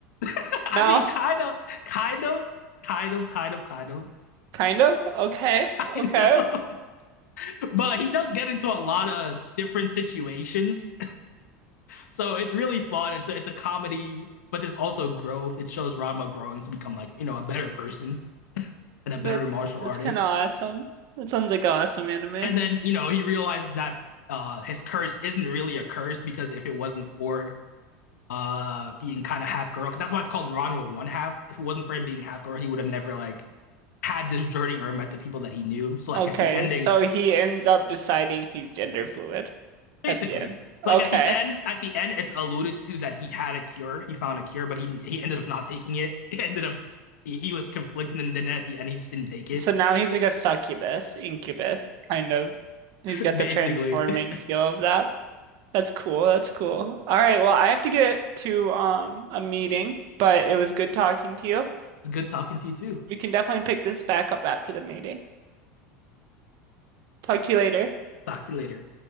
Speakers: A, on the left; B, on the right.
A: <laughs>
B: No,
A: I mean, kind of, kind of, kind of, kind of, kind of,
B: kind of. Okay, okay.
A: kind of. <laughs> But he does get into a lot of different situations, so it's really fun. It's a, it's a comedy, but there's also growth. It shows Ranma growing to become like you know a better person <laughs> and a
B: That
A: better martial
B: that's
A: artist.
B: kind of awesome. That sounds like an awesome anime.
A: And then you know he realizes that uh, his curse isn't really a curse because if it wasn't for uh being kind of half girl because that's why it's called Ranma one half. If it wasn't for him being half girl, he would have never like had this journey or met the people that he knew. So like
B: Okay,
A: at the ending,
B: so he ends up deciding he's gender fluid
A: basically,
B: at the end.
A: it's like
B: Okay.
A: at the end, at the end, it's alluded to that he had a cure. He found a cure, but he he ended up not taking it. <laughs> He ended up he, he was conflicted, and then at the end, he just didn't take it.
B: So now he's like a succubus, incubus, kind of.
A: <laughs>
B: He's got
A: Basically,
B: the transforming
A: it's
B: skill of that. That's cool. That's cool. All right, well, I have to get to um a meeting, but it was good talking to you.
A: good talking to you too.
B: We can definitely pick this back up after the meeting. Talk to you later.
A: Talk to you later.